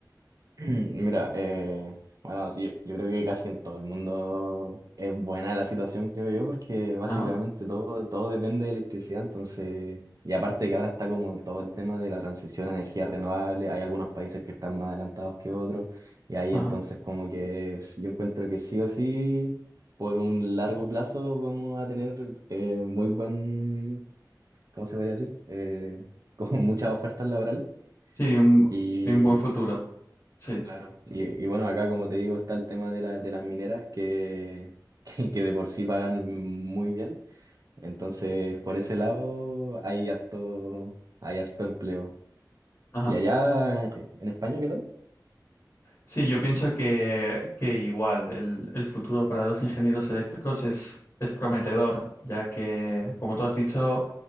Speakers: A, on the right (about 50°); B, on the left (about 35°).
A: <clears throat> Mira, eh, bueno, sí, yo yo creo que casi en todo el mundo es buena la situación, creo yo, porque básicamente
B: Ajá,
A: todo, todo depende de electricidad, entonces, y aparte que ahora está como todo el tema de la transición a energía renovable, hay algunos países que están más adelantados que otros, y ahí
B: ajá.
A: entonces como que es- yo encuentro que sí o sí, por un largo plazo vamos a tener eh, muy buen, ¿cómo se podría decir? Eh, <laughs> como muchas ofertas laborales.
B: Sí, un,
A: Sí.
B: hay un buen
A: Y
B: futuro. Sí,
A: Claro, Y, y bueno, acá como te digo está el tema de, la- de las mineras que, <laughs> que, que de por sí pagan muy bien. Entonces, por ese lado hay harto, hay harto empleo.
B: ajá.
A: ¿Y allá eh, en España qué tal?
B: Sí, yo pienso que, que igual el, el futuro para los ingenieros eléctricos es, es prometedor, ya que, como tú has dicho,